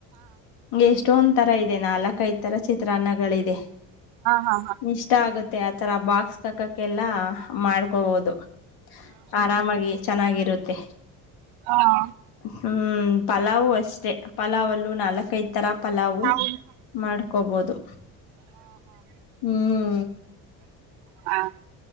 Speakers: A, on the left; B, on the right.
A: ಹಂಗೆ ಎಷ್ಟೊಂದ್ ತರ ಇದೆ ನಾಲ್ಕಐದ್ ತರ ಚಿತ್ರಾನ್ನಗಳಿದೆ
B: ಹಾ ಹಾ
A: ಇಷ್ಟ ಆಗುತ್ತೆ ಆತರ ಬಾಕ್ಸ್ಗೆ ಹಾಕಕ್ಕೆಲ್ಲಾ ಮಾಡ್ಕೋಬೋದು ಆರಾಮಾಗಿ ಚೆನ್ನಾಗಿರುತ್ತೆ
B: ಹಾ ಹಾ
A: ಹ್ಮ ಪಲಾವ್ ಅಷ್ಟೆ ಪಲಾವಲ್ಲೂ ನಾಲ್ಕೈದ್ ತರ ಪಲಾವು
B: ನಾವು
A: ಮಾಡ್ಕೋಬೋದು ಹ್ಮ್
B: ಹಾ